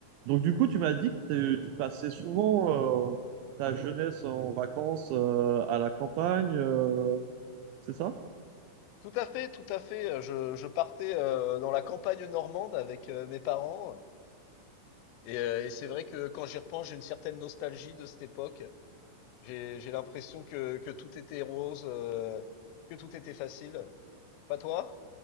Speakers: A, on the right (about 85°); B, on the left (about 85°).
A: Donc du coup, tu m'as dit que t'es- tu passais souvent euh, ta jeunesse en vacances euh, à la campagne, euh, c'est ça?
B: Tout à fait, tout à fait. Je, je partais euh, dans la campagne normande avec euh, mes parents. Et, euh, et c'est vrai que quand j'y repense, j'ai une certaine nostalgie de cette époque. J'ai, j'ai l'impression que, que tout était rose, euh, que tout était facile. Pas toi,